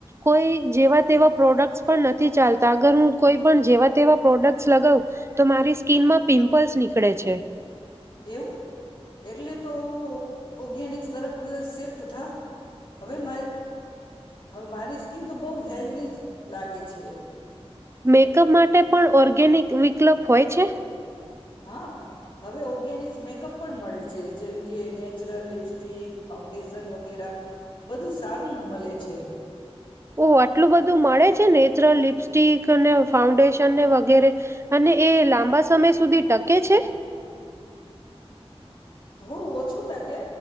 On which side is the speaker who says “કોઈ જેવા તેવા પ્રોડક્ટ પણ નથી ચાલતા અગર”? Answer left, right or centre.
Right